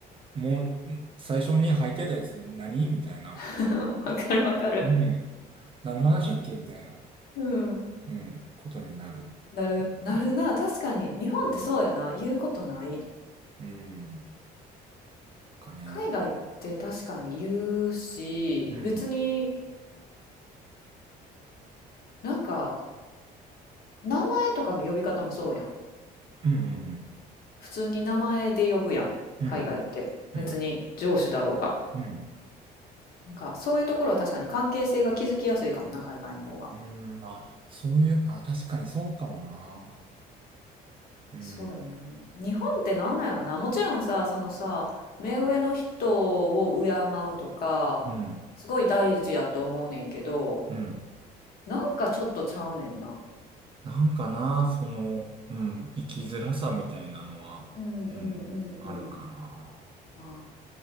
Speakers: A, on the right; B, on the left.
A: もう、もう、ん最初に履いてたやつ何みたいな。
B: <laughs> わかるわかる。
A: もう、うん。何の話だっけみたいな、
B: うん。
A: うん、ことになる。
B: なる、
A: うん
B: なるな。確かに。日本ってそうやな。
A: うん。
B: 言うことない。
A: うんかね。
B: 海外って確かに言うし、
A: うん。
B: 別になんか、名前とかの呼び方もそうやん。
A: うん。うん
B: 普通に名前で呼ぶやん。
A: うん。
B: 海外って。
A: うん。うん。
B: 別に上司だろうが。
A: うん。
B: なんか、そういうところは確かに関係性が築きやすいかもな、海外の方が。
A: うん。あ、そういう、あ、確かにそうかもな。うん。
B: そうやな。日本ってなんなんやろな。もちろんさ、そのさ、目上の人を敬うとか、
A: うん。
B: すごい大事やと思うねんけど、
A: うん。
B: なんかちょっとちゃうねんな。
A: なんかな、その、うん。生きづらさみたいなのは、
B: うんうんうんうん。
A: うん。あるかな。
B: あ